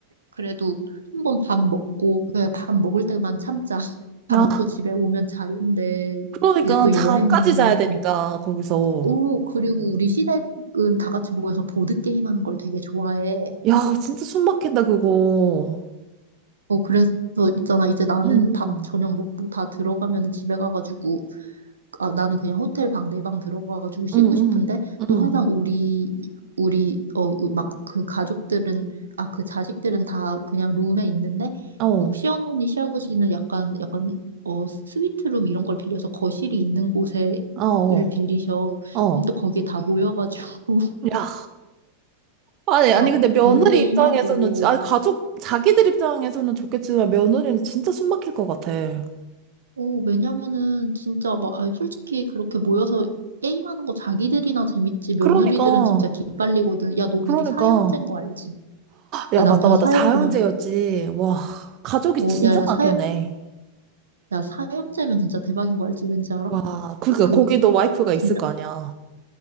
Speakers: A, on the right; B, on the right.
A: 그래도 한 번 밥 먹고, 그냥 밥 먹을 때만 참자. <laughs> 밥
B: 아,
A: 먹고 집에 오면 자는데,
B: 그러니까
A: 이제 또
B: 잠까지
A: 여행을,
B: 자야 되니까
A: 어,
B: 거기서.
A: 오, 그리고 우리 시댁은 다 같이 모여서 보드게임 하는 걸 되게 좋아해.
B: 야, 진짜 숨 막힌다 그거.
A: 어, 그래서 있잖아. 이제 나는
B: 응.
A: 밥
B: 응.
A: 저녁 먹고 다 들어가면 집에 가가지고, 아, 나는 그냥 호텔 방, 내 방 들어가가지고 쉬고
B: 응. 응.
A: 싶은데, 또
B: 응.
A: 항상 우리, 우리, 어, 막 그 가족들은, 아, 그 자식들은 다 그냥 룸에 있는데,
B: 어.
A: 꼭 시어머니, 시아버지는 약간, 약간, 어, 스위트룸 이런 걸 빌려서 거실이 있는 곳에,
B: 어. 어.
A: 를 빌리셔.
B: 어.
A: 그럼 또 거기에 다 모여가지고, <laughs>
B: 야. 아니, 아니
A: 막,
B: 근데 며느리
A: 보드게임하고,
B: 입장에서는 아 가족 자기들 입장에서는 좋겠지만 며느리는 진짜 숨 막힐 것 같아.
A: 어, 왜냐면은 진짜 막 아니, 솔직히 그렇게 모여서 게임하는 거 자기들이나 재밌지 며느리들은
B: 그러니까.
A: 진짜 기빨리거든. 야, 너
B: 그러니까.
A: 우리 사형제인 거 알지?
B: 야,
A: 내 남편
B: 맞다, 맞다.
A: 사형제야.
B: 자영제였지 와, 가족이
A: 어,
B: 진짜
A: 야, 야,
B: 많겠네.
A: 사, 야, 사형제면 진짜 대박인 거 알지? 왠지 알아?
B: 와, 그러니까
A: 그
B: 거기도 와이프가
A: 진짜
B: 있을 거 아니야.